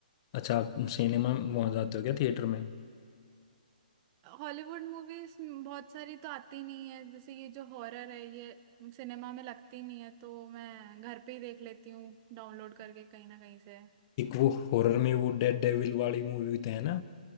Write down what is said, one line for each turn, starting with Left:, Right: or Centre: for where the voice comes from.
Left: अच्छा आप सिनेमा वहाँ जाते हो क्या थिएटर में
Right: हॉलीवुड मूवीज बहुत सारी तो आती नहीं है जैसे ये जो हॉरर है ये सिनेमा में लगती नहीं है तो मैं घर पे ही देख लेती हूँ डाउनलोड करके कहीं ना कहीं से
Left: एक वो हॉरर में वो डेड डेविल वाली मूवी तो है ना